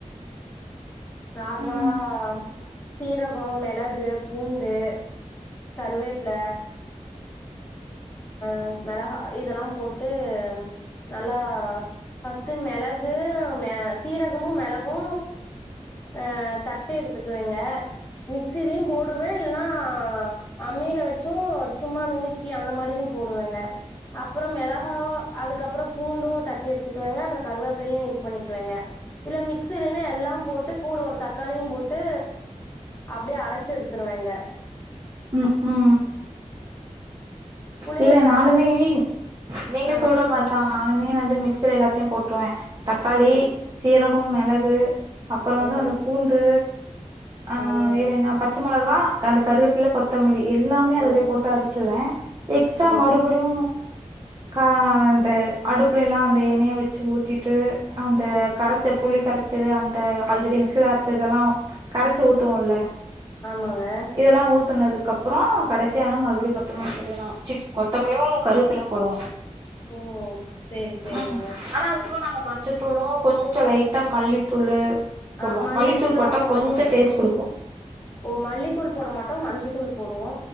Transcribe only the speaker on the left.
நார்மலா
சீரகோ மெளகு பூண்டு கருவேப்ல ம் மெளகா இதெல்லா போட்டு நல்லா ஃபஸ்ட்டு மெளகு மெ சீரகமு மெளகு ஆ தட்டு எடுத்துக்குவிங்க மிக்ஸிலயு போடுவே இல்னா அம்மில வெச்சு சும்மா நுனிக் க்கி அந்த மாரியு போடுவேங்க அப்புறோ மெளகா அதுக்கப்புறொ பூண்டு தட்டி எடுத்துக்குவங்க அப்புற கருவேப்பிலையு இது பண்ணிக்குவேங்க இல்ல மிக்ஸி இல்லைன்னா எல்லா போட்டு கூட ஒரு தக்காளியு போட்டு அப்டியே அரச்சு எடுத்துருவேங்க
புளிய
கரச்சு
வச்சு
ஆ
ம் ம்
ம்
ஆமாங்க
ம்
ஓ
ம் ம்
ஆமாங்க
ஓ சேரி சேரிங்க
ஆ மல்லித்தூள்லா
போட
மாட்டோங்
ஓ மல்லித்தூள் போட மாட்டோ மஞ்சத்தூள் போடுவோ